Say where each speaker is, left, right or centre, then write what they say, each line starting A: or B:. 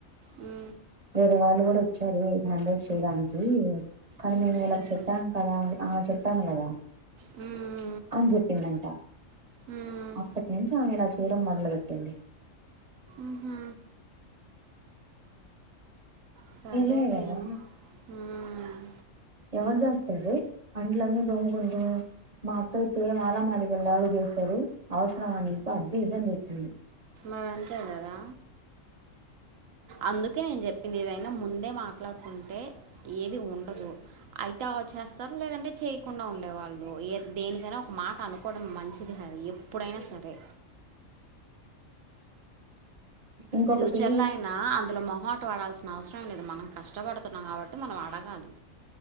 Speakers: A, on the right; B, on the right.
A: ఊ
B: వేరే వాళ్ళు కూడా వచ్చారు హ్యాండ్రడ్ కు చేయడానికి కానీ
A: ఉమ్
B: మేము ఇలాకి
A: చెప్పు
B: చెప్పాం కదా అంది ఆ చెపాను కదా
A: ఊ
B: అని చెప్పిందంట
A: ఉమ్
B: అప్పటినుంచి ఈమె ఇలా చేయడం మొదలు పెట్టింది
A: ఉహు సరేలే
B: నిజమే కదా
A: ఉమ్,
B: ఎవడు దాస్తడే అంట్లన్నీ దోముకుంటూ మా అత్త అయితే మాల మాదిగల్ లావ్ చేస్తారు అవసరమ నీకు అద్ధి ఇధని తిట్టింది
A: అ అంచారు గదా అందుకే నేన్జెప్పింది ఏదైనా ముందే మాట్లాడుకుంటే ఏది ఉండదు అయితేవో చేస్తారు లేదంటే చేయ్ కుండా ఉండేవాళ్ళు ఏ దేనికైనా ఒక మాట అనుకోవడం మంచిది కద ఎప్పుడైనా సరే
B: ఇంకొకటి
A: ఫ్యూచర్లో అయినా అందులో మొహ మాట వడాల్సిన అవసరమేలేదు మనం కష్టబడుతున్నాం గాబట్టి మనం ఆడగాలి